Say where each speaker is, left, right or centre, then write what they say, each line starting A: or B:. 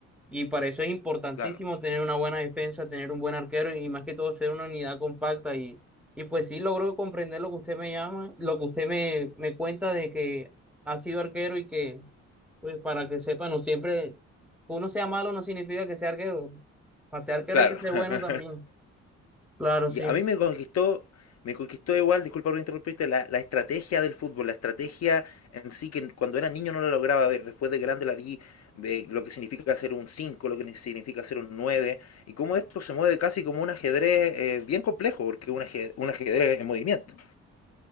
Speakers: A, in the centre; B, on the left.
A: Y para eso es importantísimo
B: claro,
A: tener una buena defensa, tener un buen arquero y más que todo ser una unidad compacta. Y, y pues sí logro comprender lo que usted me llama, lo que usted me, me cuenta de que ha sido arquero y que, pues para que sepa, no siempre, uno sea malo no significa que sea arquero. Para ser arquero
B: claro.
A: hay que ser
B: <laughs>
A: bueno también. Claro,
B: Y
A: sí.
B: a mí me conquistó, me conquistó igual, disculpa por interrumpirte, la, la estrategia del fútbol, la estrategia en sí, que cuando era niño no la lograba ver, después de grande la vi, de lo que significa ser un 5 lo que significa ser un 9 y cómo esto se mueve casi como un ajedrez eh, bien complejo, porque es un ajedrez, un ajedrez en movimiento.